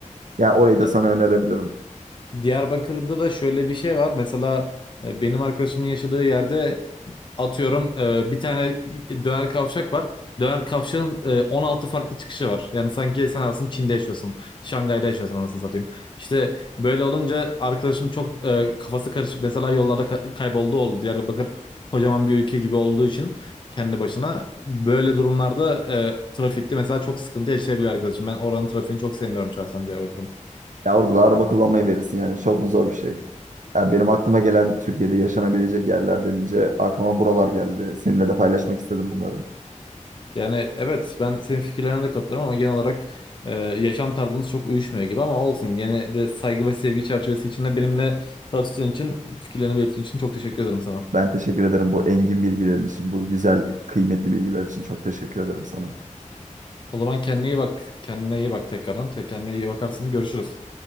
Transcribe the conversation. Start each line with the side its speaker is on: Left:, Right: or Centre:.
Right: Ya orayı da
Left: E,
Right: sana önerebilirim.
Left: Diyarbakır'da da şöyle bir şey var. Mesela e, benim arkadaşımın yaşadığı yerde Atıyorum e, bir tane döner kavşak var. Döner kavşağın e, 16 farklı çıkışı var. Yani sanki sen arasın Çin'de yaşıyorsun. Şangay'da yaşıyorsun anasını satayım. İşte böyle olunca arkadaşım çok e, kafası karışık. Mesela yollarda ka- kayboldu oldu. Diyarbakır kocaman bir ülke gibi olduğu için kendi başına. Böyle durumlarda e, trafikte mesela çok sıkıntı yaşayabilir arkadaşım. Ben oranın trafiğini çok sevmiyorum şahsen Diyarbakır'ın.
Right: Ya orada da araba kullanmayı verirsin yani çok mu zor bir şey? Ya benim aklıma gelen Türkiye'de yaşanabilecek yerler denince aklıma buralar geldi. Seninle de paylaşmak istedim bunları.
Left: Yani evet ben senin fikirlerine de katılıyorum ama genel olarak e, yaşam tarzımız çok uyuşmuyor gibi ama olsun. Gene de saygı ve sevgi çerçevesi içinde benimle tartıştığın için fikirlerini belirttiğin için çok teşekkür ederim sana.
Right: Ben teşekkür ederim bu engin bilgilerin için, bu güzel, kıymetli bilgiler için çok teşekkür ederim sana.
Left: O zaman kendine iyi bak. Kendine iyi bak tekrardan. Te- Kendine iyi bakarsın. Görüşürüz.